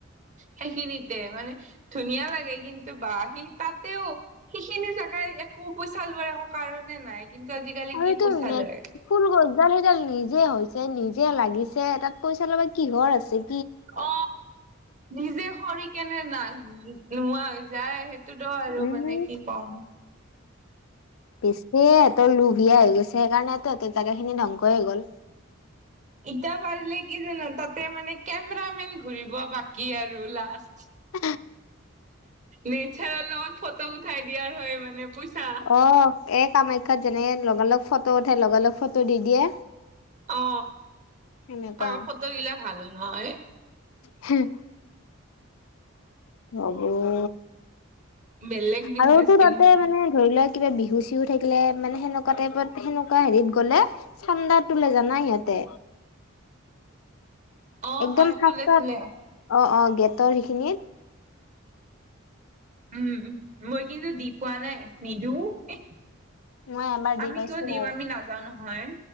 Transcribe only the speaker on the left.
আৰু
এইটো
নেট
ফুল গছডাল সেইডাল নিজে হৈছে নিজে লাগিছে তাত পইচা ল'বা কিহৰ আছিল
উম
বেছিয়ে হেতৰ লুভিয়া হৈ গৈছে সেইকাৰণে তাহতাৰ জেগা খিনি ধংস হৈ গ'ল
<unintelligible>
অ এই কামাখ্যাত যেনেকে লগা লগ ফটো উঠাই লগা লগ ফটো দি দিয়ে
সেনেকুৱা
হুম অ'বৌ
আৰু টো তাতে
মানে ধৰি লোৱা কিবা বিহু-চিহু থাকিলে মানে সেনেকুৱা টাইপত সেনেকুৱা হেৰিত গ'লে চান্দা তোলে জানা সিহঁতে?
একদম
ফাষ্টত
অ অ গেটৰ সেইখিনিত
মই এবাৰ দি
পাইছো